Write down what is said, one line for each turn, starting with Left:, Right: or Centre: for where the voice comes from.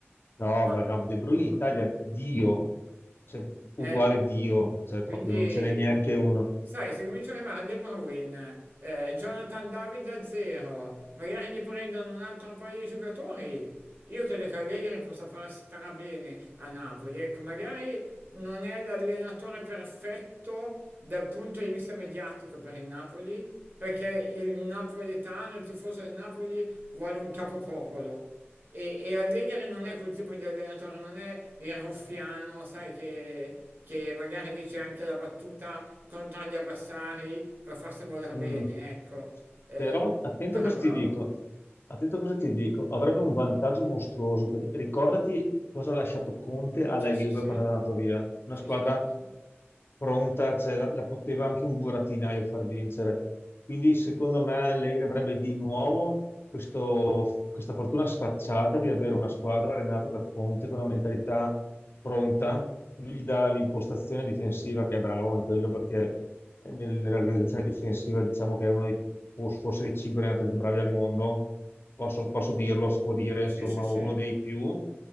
Left: no,
Right: ma
Left: ma no, De Bruyne
Right: ma-
Left: in Italia, Dio, cioè, uguale
Right: è
Left: Dio, cioè,
Right: Quindi,
Left: proprio non ce n'è neanche uno.
Right: sai, se cominciano ad arrivare De Bruyne, eh, Jonathan David a zero, magari gli prendono un altro paio di giocatori, io credo che Allegri possa far strabene a Napoli. Ecco, magari non è l'allenatore perfetto dal punto di vista mediatico per il Napoli, perché il napoletano, il tifoso del Napoli, vuole un capopopolo. E, e Allegri non è quel tipo di allenatore, non è il ruffiano, sai, che, che magari dice anche la battuta contro gli avversari per farsi voler
Left: Mm.
Right: bene, ecco. Eh,
Left: Però attento
Right: però
Left: a cosa
Right: è bravo.
Left: ti dico, attento a cosa ti dico, avrebbe un vantaggio mostruoso, perché ricordati cosa ha lasciato Conte alla
Right: Sì,
Left: Juve
Right: sì, sì,
Left: quando è andato via, una
Right: sì,
Left: squadra
Right: sì, sì, sì,
Left: pronta, cioè, la, la poteva anche un burattinaio far vincere, quindi secondo me Allegri avrebbe di nuovo questo- questa fortuna sfacciata di avere una squadra allenata da Conte con una mentalità pronta, lui gli dà l'impostazione difensiva che è bravo in quello perché nel- nell'organizzazione difensiva, diciamo che è uno dei for- forse dei cinque allenatori più bravi al mondo, posso, posso dirlo, si può dire,
Right: sì,
Left: insomma,
Right: sì, sì.
Left: uno dei più,